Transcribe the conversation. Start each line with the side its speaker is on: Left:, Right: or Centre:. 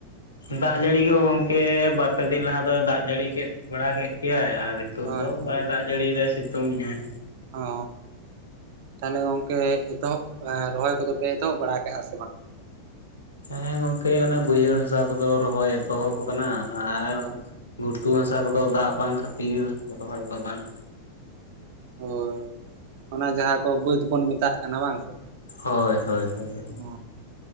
Left: ᱫᱟᱜ ᱡᱟᱹᱲᱤ ᱜᱮ ᱜᱚᱝᱠᱮ ᱵᱟᱨ ᱯᱮ ᱫᱤᱱ ᱞᱟᱦᱟ ᱫᱚᱭ ᱫᱟᱜ ᱡᱟᱹᱲᱤ ᱠᱮᱫ ᱵᱟᱲᱟ ᱠᱮᱫ ᱜᱮᱭᱟᱭ ᱟᱨ ᱱᱤᱛᱚᱜ
Right: ᱦᱳᱭ
Left: ᱫᱚ
Right: ᱦᱳᱭ
Left: ᱵᱟᱭ ᱫᱟᱜ ᱡᱟᱹᱲᱤ ᱭᱮᱫᱟ ᱥᱤᱛᱩᱝ ᱮᱜ ᱟᱭ᱾
Right: ᱚ ᱛᱟᱦᱚᱞᱮ ᱜᱚᱝᱠᱮ ᱮᱛᱚᱦᱚᱵ ᱨᱚᱦᱚᱭ ᱠᱚᱫᱚ ᱯᱮ ᱮᱛᱚᱦᱚᱵ ᱵᱟᱲᱟ ᱟᱠᱟᱜᱼᱟ ᱥᱮ ᱵᱟᱝ?
Left: ᱦᱮᱸ ᱜᱚᱝᱠᱮ ᱚᱱᱮ ᱵᱟᱹᱭᱦᱟᱹᱲ ᱦᱟᱸᱥᱟ ᱠᱚᱫᱚ ᱨᱚᱦᱚᱭ ᱮᱛᱚᱦᱚᱵ ᱟᱠᱟᱱᱟ ᱟᱨ
Right: ᱚ
Left: ᱜᱷᱩᱴᱩ ᱦᱟᱸᱥᱟ ᱠᱚᱫᱚ ᱫᱟᱜ ᱵᱟᱝ ᱠᱷᱟᱹᱛᱤᱨ ᱨᱚᱦᱚᱭ ᱠᱚ ᱵᱟᱝ
Right: ᱦᱳᱭ ᱚᱱᱟ ᱡᱟᱦᱟᱸ ᱠᱚ ᱵᱟᱹᱫᱽ ᱵᱚᱱ ᱢᱮᱛᱟᱜ ᱠᱟᱱᱟ ᱵᱟᱝ ᱥᱮ?
Left: ᱦᱳᱭ ᱦᱳᱭ ᱦᱳᱭ
Right: ᱚ